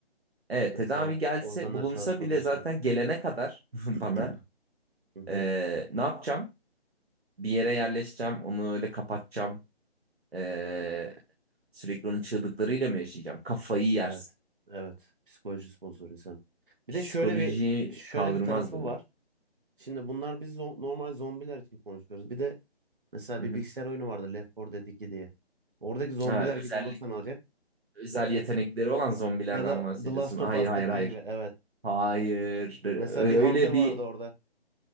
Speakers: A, on the right; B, on the right.
A: Evet
B: Mesela
A: tedavi gelse
B: organları
A: bulunsa
B: çalışmadığı
A: bile
B: için.
A: zaten gelene kadar <laughs> bana
B: <clears throat> Hı hı.
A: e, ne yapacağım? Bir yere yerleşeceğim onu öyle kapatacağım. E, sürekli onun çığlıklarıyla mı yaşayacağım? Kafayı yersin.
B: Evet. Evet. Psikolojisi bozulur insan. Bir
A: Psikoloji
B: de şöyle bir şöyle
A: kaldırmaz
B: bir tarafı
A: bunu.
B: var. Şimdi bunlar biz zo- normal zombiler için konuşuyoruz. Bir de Mesela
A: Hı
B: bir
A: hı.
B: bilgisayar oyunu vardı Left 4 Dead 2 diye. Oradaki zombiler
A: Ha,
B: gibi
A: özellik.
B: olursan alacak.
A: özel yetenekleri olan zombilerden
B: Ya da
A: bahsediyorsun.
B: The Last
A: Hayır,
B: of Us'taki
A: hayır, hayır.
B: gibi evet.
A: Hayır. Ö-
B: Mesela bir
A: Öyle
B: Hunter vardı
A: bir
B: orada.